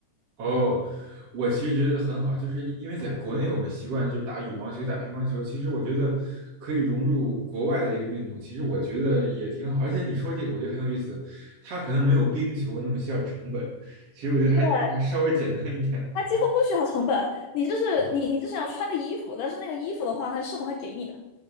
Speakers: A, on the right; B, on the left.
A: 哦，我其实觉得很好，就是因为在国内我们习惯就打羽毛球、打乒乓球，其实我觉得可以融入国外的这个运动，其实我觉得也挺好。而且你说这个，我觉得很有意思，它可能没有冰球那么需要成本，其实我觉得还还稍微简单一点的。
B: 对他几乎不需要成本，你就是你你就是要穿个衣服，
A: 嗯，
B: 但是那个衣服的话，他社团会给你的。